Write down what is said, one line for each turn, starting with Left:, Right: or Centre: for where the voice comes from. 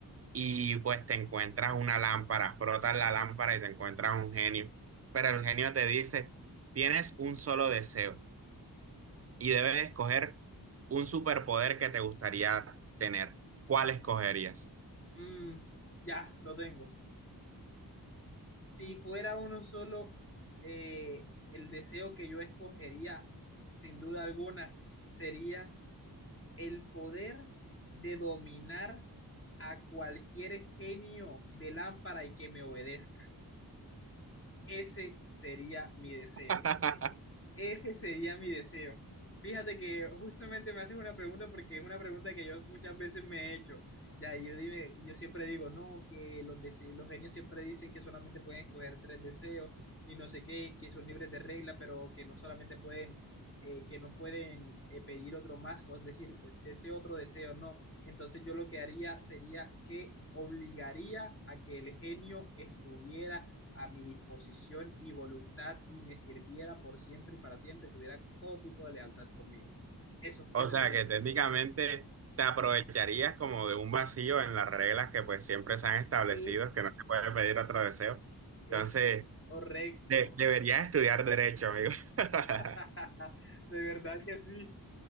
Right: y pues te encuentras una lámpara, frotas la lámpara y te encuentras un genio, pero el genio te dice, tienes un solo deseo y debes escoger un superpoder que te gustaría tener. ¿Cuál escogerías?
Left: Mm, ya, lo tengo. Si fuera uno solo, eh, el deseo que yo escogería, sin duda alguna, sería el poder de dominar a cualquier genio de lámpara y que me obedezca. Ese sería mi deseo.
Right: <laughs>
Left: Ese sería mi deseo. Fíjate que justamente me haces una pregunta porque es una pregunta que yo muchas veces me he hecho. Ya, yo dime, yo siempre digo, no, que los, dese- los genios siempre dicen que solamente pueden escoger tres deseos y no sé qué, que son libres de regla, pero que no solamente pueden, eh, que no pueden eh, pedir otro más, co- es decir, eh, deseo otro deseo, no. Entonces yo lo que haría sería que obligaría a que el genio estuviera a mi disposición y voluntad y me sirviera por siempre y para siempre y tuviera todo tipo de lealtad conmigo. Eso,
Right: O
Left: ese
Right: sea
Left: sería
Right: que
Left: mi
Right: técnicamente
Left: deseo.
Right: te aprovecharías como de un vacío en las reglas que pues siempre se han establecido,
Left: Es,
Right: que no se puede pedir otro deseo.
Left: Es
Right: Entonces,
Left: co- correcto.
Right: de- deberías estudiar derecho, amigo. <laughs>
Left: <laughs> De verdad que sí.